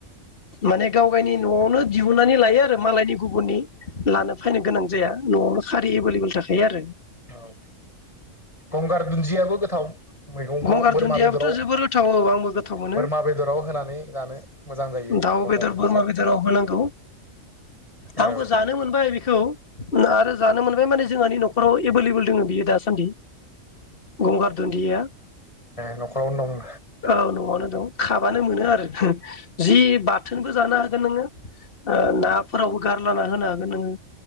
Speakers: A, on the left; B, on the left.
A: माने गाव गावनि न'आवनो दिहुननानै लायो आरो मालायनि गुबुननि लानो फैनो गोनां जाया न'आवनो खारि एभेलेबेल थाखायो आरो
B: औ गंगार दुन्दियाबो गोथाव मैगंफ्राव
A: गंगार
B: बोरमा
A: दुन्दियाबोथ'
B: बेदराव
A: जोबोर गोथाव औ आंबो गोथाव मोनो
B: बोरमा बेदराव होनानै जानो मोजां जायो
A: दाउ
B: गंगार
A: बेदर
B: दुन्दिया
A: बोरमा बेदराव होनांगौ
B: औ
A: आंबो जानो मोनबाय बेखौ आरो जानो मोनबाय माने जोंहानि न'खराव एभेलेबल दङ बियो दासान्दि गंगार दुन्दिया
B: न'खरावनो दं
A: औ न'आवनो खाबानो मोनो आरो जि बाथोनबो जानो हागोन नोङो ओ नाफोरावबो गारला होनो हागोन नोङो